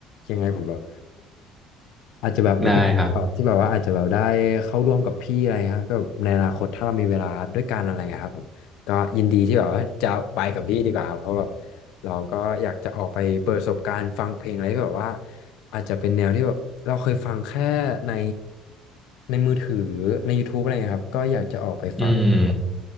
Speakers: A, on the left; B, in the centre.
A: ยังไงผมแบบอาจจะแบบ looking
B: ได้ครับ
A: forward ที่แบบว่าอาจจะแบบได้เข้าร่วมกับพี่อะไรเงี้ยครับก็ในอนาคตถ้าเรามีเวลาด้วยกันอะไรเงี้ยครับผมก็ยินดีที่แบบว่าจะไปกับพี่ดีกว่าครับเพราะแบบเราก็อยากจะออกไปเปิดประสบการณ์ฟังเพลงอะไรที่แบบว่าอาจจะเป็นแนวที่แบบเราเคยฟังแค่ในในมือถือใน YouTube อะไรเงี้ยครับก็อยากจะออกไปฟังแบบ
B: อืม